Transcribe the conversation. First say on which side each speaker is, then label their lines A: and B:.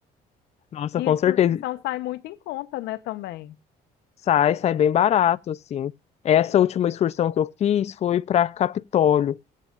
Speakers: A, on the left; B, on the left.
A: Nossa,
B: E
A: com
B: excursão
A: certeza
B: sai muito em conta, né, também.
A: sai, sai bem barato assim. Essa última excursão que eu fiz foi para Capitólio,